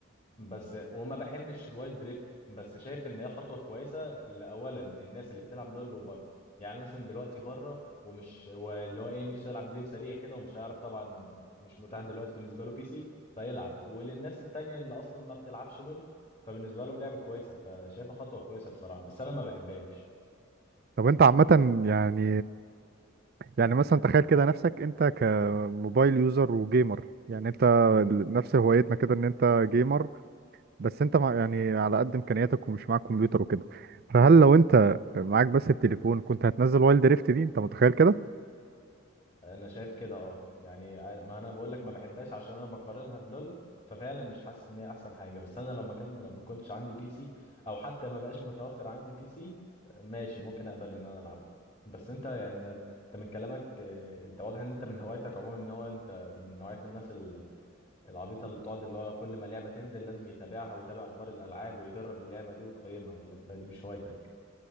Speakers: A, on the left; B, on the right.
A: بس وما بحبش الوايلد دريفت بس شايف ان هي خطوه كويسه لاولا الناس اللي بتلعب لول وبابجي يعني مثلا دلوقتي بره ومش واللي هو ايه نفسه يلعب جيم سريع كده ومش هيعرف طبعا مش متاح دلوقتي بالنسبه له بي سي فيلعب وللناس التانيه اللي اصلا ما بتلعبش لول فبالنسبه لهم لعبه كويسه فشايفها خطوه كويسه بصراحه بس انا ما بحبهاش
B: طب انت عامه يعني يعني مثلا تخيل كده نفسك انت كموبايل يوزر وجيمر يعني انت ال- نفس هوايتنا كده ان انت جيمر بس انت مع يعني على قد امكانياتك ومش معاك كمبيوتر وكده فهل لو انت معاك بس التليفون كنت هتنزل وايلد ريفت دي انت متخيل كده
A: انا شايف كده اه يعني ما انا بقول لك ما بحبهاش عشان انا بقارنها بلول ففعلا مش حاسس ان هي احسن حاجه بس انا لو ما كان لو ما كنتش عندي بي سي او حتى ما بقاش متوفر عندي بي سي ماشي ممكن اقبل ان انا العبها بس انت يعني انت من كلامك آه، انت واضح ان انت من هوايتك عموما ان هو انت من نوعيه الناس ال- العبيطه اللي بتقعد اللي هو كل ما لعبه تنزل لازم يتابعها ويتابع اخبار الالعاب ويجرب اللعبه دي ويقيمها ولا انت دي مش هوايتك